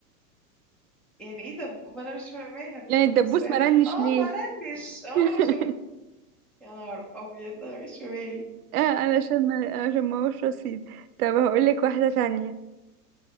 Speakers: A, in the centre; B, on the right.
A: يعني ايه دب ما انا مش فاهماها دبوس
B: يعني الدبوس
A: وقع
B: ما رنش
A: اه
B: ليه
A: مرنش اه
B: <laughs>
A: عشان يا نهار ابيض ده مجاش في بالي
B: اه علشان ما علشان ما هوش رصيد طب هقول لك واحدة تانية